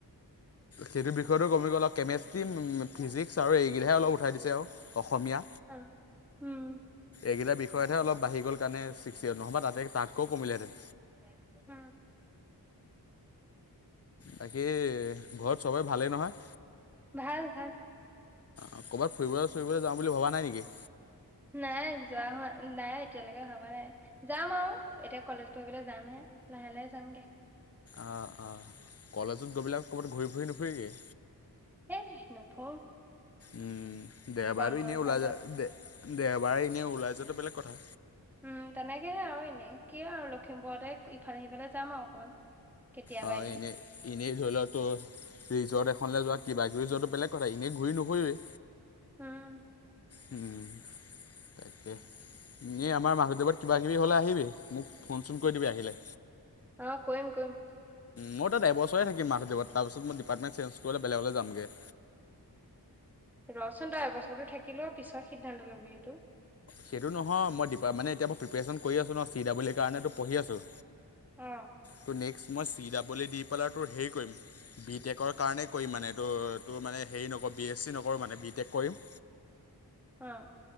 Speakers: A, on the left; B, in the centre.
A: সেইটো বিষয়টো কমি গ'ল আৰু কেমেষ্ট্ৰি
B: অ।
A: ফিজিক্স আৰু এইকেইটাহে অলপ উঠাই দিছে আৰু অসমীয়া।
B: অ উম।
A: এইকেইটা
B: <unintelligible>
A: বিষয়তহে অলপ বাঢ়ি গ'ল কাৰণে ছিক্স ইয়েৰ নহ'বা তাতে তাতকৈও কমিলেহেঁতেন
B: অ
A: বাকী ঘৰত চবেৰে ভালেই নহয়।
B: ভাল ভাল।
A: অ ক'ৰবাত ফুৰিবলৈ চৰিবলৈ যাম বুলি ভবা নাই নেকি?
B: নাই যোৱা হোৱা নাই এতিয়ালৈকে ভবা নাই। যাম আও এতিয়া কলেজ পঢ়িবলৈ যামহে লাহে লাহে যামগে।
A: অ অ কলেজত গৈ পেলায় ক'ৰবাত ঘূৰি ফুৰি নুফুইগে।
B: এ নুফুৰো।
A: উম দে
B: বন্ধ
A: বাৰু এনেই ওলাই
B: চন্ধত
A: যা দে দেওবাৰে ইনেই ওলাই যোৱাটো বেলেগ কথা।
B: উম তেনেকেহে আও এনেই কি আও লখিমপুৰতে ইফালে সিফালে যাম আও অকমান। কেতিয়াবা
A: অ'
B: এদিন
A: এনেই। এনেই ধৰি লও তো ৰিজৰ্ট এখনলে যোৱা কিবা কিবি যোৱাটো বেলেগ কথা এনেই ঘূৰি নুফুৰিবি।
B: হম।
A: হম তাকে। এনে আমাৰ মাধৱদেৱত কিবাকিবি হ'লে আহিবি, মোক ফোন চোন কৰি দিবি আহিলে।
B: অ' কৰিম-কৰিম।
A: মই তাত এবছৰে থাকিম মাধৱদেৱত তাৰ পাছত মই ডিপাৰ্টমেণ্ট চে্জ কৰি বেলেগলে যামগে।
B: ৰচোন তই এবছৰটো থাকিলেও পিছত সিদ্ধান্ত ল'বি সেইটো।
A: সেইটো নহয় মই ডীপাৰ মানে এতিয়া প্ৰপেশ্যন কৰি আছোঁ ন' চি ডাবল ই কাৰণে পঢ়ি আছোঁ।
B: অ'
A: ত' নেক্সট মই চি ডাবল ই দি পেলাই তোৰ হেৰি কৰিম বি টেকৰ কাৰণেই কৰিম মানে এইটো টোৰ মানে হেৰি নকৰো বি এছ চি নকৰোঁ মানে বি টেক কৰিম।
B: অ'